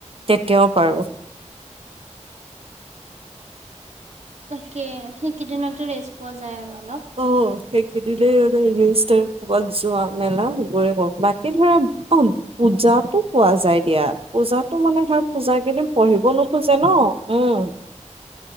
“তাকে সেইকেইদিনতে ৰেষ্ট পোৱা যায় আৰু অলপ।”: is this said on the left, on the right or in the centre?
Right